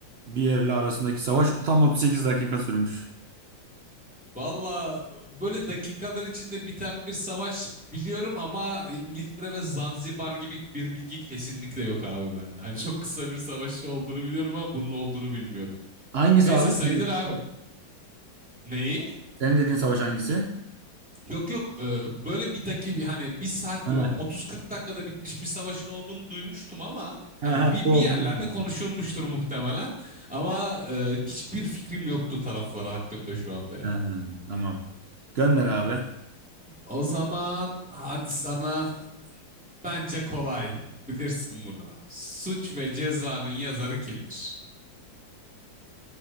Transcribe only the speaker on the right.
bir yerle arasındaki savaş tam 38 dakika sürmüş.
Hangisi
abi?
Sen dediğin
savaş
Senin dediğin savaş hangisi?
Ha.
Ha,
ha,
bu
olduğunu
bilmiyordum.
Ha, tamam. Gönder abi.